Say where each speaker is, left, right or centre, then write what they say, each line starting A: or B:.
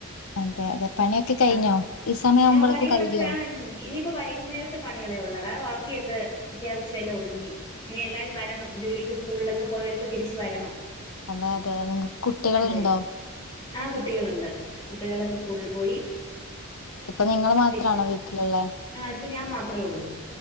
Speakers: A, on the left (about 75°); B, on the left (about 20°).
A: അതെ അതെ പണിയൊക്കെ കഴിഞ്ഞോ
B: ആ
A: ഈ സമയം ആവുമ്പോളൊക്കെ
B: ആ പണികളൊക്കെ
A: കഴിയോ
B: ആ ൺ ഇനിയിപ്പോ വൈകുന്നേരത്തെ പണികളെ ഉള്ളടാ ബാക്കി ബാക്കിയൊക്കെ അത്യാവശ്യല്ലാം ഒതുങ്ങി ഇനി എല്ലാരും വരണം ജോലിക്ക് സ്കൂളിലൊക്കെ പോയവരൊക്കെ തിരിച്ച് വരണം.
A: അതെ അതെ നിങ്ങക്ക് കുട്ടികളുണ്ടോ
B: അതെ അതെ ആ കുട്ടികള്ണ്ട് കുട്ടികളൊക്കെ സ്കൂളിൽ പോയി
A: ഇപ്പ നിങ്ങള് മാത്രാണോ
B: തിരിച്ച്
A: വീട്ടില്ള്ളെ
B: ആ ഞാൻ മാത്രെ ഉള്ളൂ